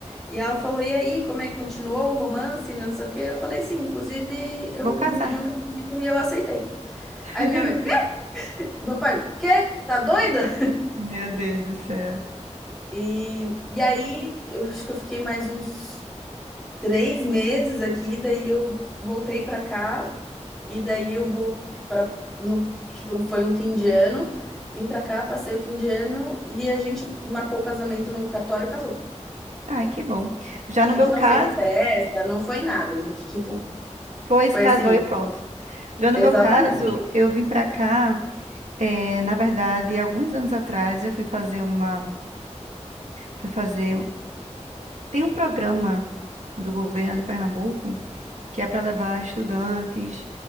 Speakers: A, in the centre; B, on the right (about 75°).
A: E ela falou: "E aí, como é que continuou o romance, não sei o quê?" Eu falei: "Sim, inclusive eu
B: vou casar.
A: me pedi um casamento e eu aceitei."
B: <laughs>
A: Aí minha mãe: "O quê?" Meu pai: "O quê? Tá doida?"
B: Meu Deus do céu.
A: E, e aí, eu acho que eu fiquei mais uns três meses aqui, daí eu voltei pra cá, e daí eu vou para no, tipo, não foi um fim de ano, vim pra cá, passei o fim de ano e a gente marcou o casamento no cartório e casou.
B: Ai, que bom. Já
A: A
B: no
A: gente
B: meu
A: não
B: caso,
A: fez festa, não foi nada, a gente, tipo,
B: foi,
A: foi
B: se casou
A: assim,
B: e pronto. Já no
A: exatamente.
B: meu caso, eu vim pra cá, eh, na verdade, alguns anos atrás, eu fui fazer uma, fui fazer Tem um programa do governo de Pernambuco que é para levar estudantes